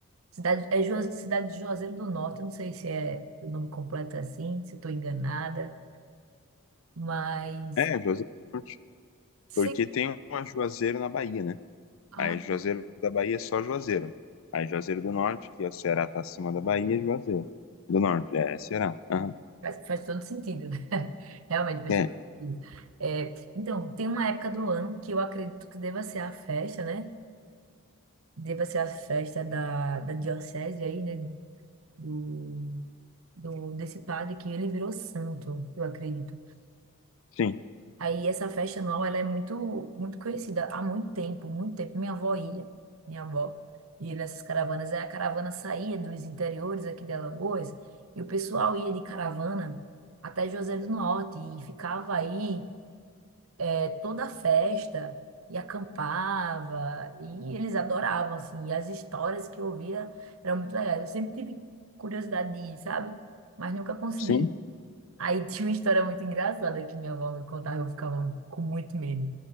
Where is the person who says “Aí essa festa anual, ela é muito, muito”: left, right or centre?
Right